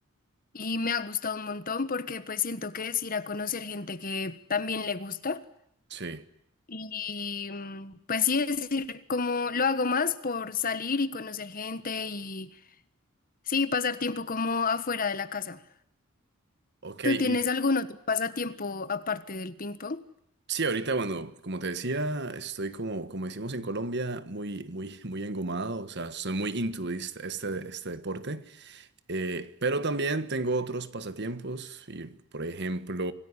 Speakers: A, on the left; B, on the right.
A: y me ha gustado un montón porque pues siento que es ir a conocer gente que también le gusta
B: Sí,
A: y mm, pues sí, es decir, como lo hago más por salir y conocer gente y sí, pasar tiempo como afuera de la casa.
B: ok,
A: ¿Tú
B: y
A: tienes algún otro pasatiempo aparte del ping pong?
B: sí, ahorita, bueno, como te decía, estoy como, como decimos en Colombia, muy, muy, muy engomado, o sea, soy muy into este, este este deporte. Eh, pero también tengo otros pasatiempos y, por ejemplo,